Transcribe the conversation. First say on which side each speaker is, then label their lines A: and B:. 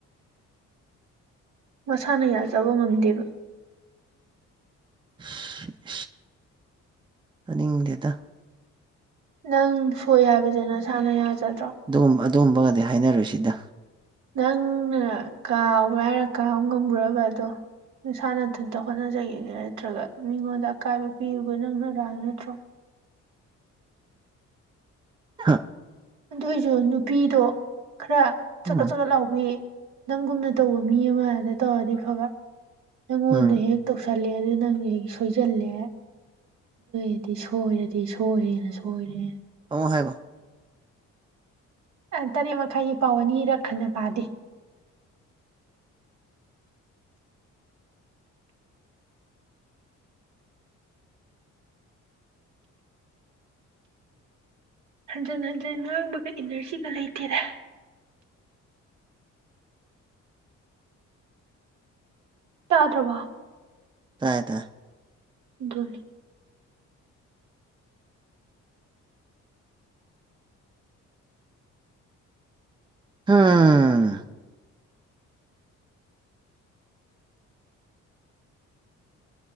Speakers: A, on the right; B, on the right.
A: ꯃꯁꯥꯅ ꯌꯥꯖꯕ ꯉꯝꯗꯦꯕ
B: <inaudible> ꯇꯥꯅꯤꯡꯗꯦꯗ
A: ꯅꯪ ꯁꯣꯏ ꯍꯥꯏꯕꯁꯤ ꯅꯁꯥꯥꯅ ꯌꯥꯖꯗ꯭ꯔꯣ
B: ꯑꯗꯨꯒꯨꯝꯕ ꯑꯗꯨꯒꯨꯝꯕꯒꯗꯤ ꯍꯥꯏꯅꯔꯨꯁꯤꯗ
A: ꯅꯪꯅ ꯀꯥꯎꯕ꯭ꯔꯥ ꯍꯥꯏꯔ ꯀꯥꯎꯕ ꯉꯝꯈꯨꯕ ꯑꯗꯣ ꯅꯁꯥꯅꯗꯨꯟꯇ ꯍꯣꯠꯅꯖꯒ ꯅꯠꯇ꯭ꯔꯒ ꯃꯤꯉꯣꯟꯗ ꯑꯀꯥꯏꯕ ꯄꯤꯌꯨꯕ ꯅꯪꯅꯔꯥꯜ ꯅꯠꯇ꯭ꯔꯣ
B: ꯍꯥ
A: ꯑꯗꯨꯑꯣꯏꯁꯨ ꯅꯨꯄꯤꯗꯣ ꯈꯔ ꯁꯀꯠ
B: ꯎꯝ
A: ꯁꯀꯠ ꯂꯥꯎꯕꯤ ꯅꯪꯒꯨꯝꯅ ꯇꯧꯕ ꯃꯤ ꯑꯃꯗ ꯇꯧꯔꯗꯤ ꯐꯕ ꯅꯪꯉꯣꯟꯗ
B: ꯎꯝ
A: ꯍꯦꯛ ꯇꯧꯁꯂꯦ ꯑꯗꯨ ꯅꯪ ꯁꯣꯏꯖꯦꯜꯂꯦ ꯑꯗꯤ ꯁꯣꯏꯔꯗꯤ ꯁꯣꯏꯔꯦꯅ ꯁꯣꯏꯔꯦ
B: ꯑꯃꯉꯣ ꯍꯥꯏꯒꯣ
A: ꯇꯔꯦꯠ ꯃꯈꯥꯏꯒꯤ ꯄꯥꯎ ꯑꯅꯤꯔꯛ ꯈꯟꯅ ꯄꯥꯗꯦ ꯍꯟꯖꯟ ꯍꯟꯖꯟ ꯉꯥꯡꯕꯒ ꯏꯅꯔꯖꯤꯒ ꯂꯩꯇꯦꯔꯦ ꯇꯥꯗ꯭ꯔꯕꯣ
B: ꯇ꯭ꯔꯥꯏ ꯇꯏ
A: <unintelligible>
B: ꯎꯝ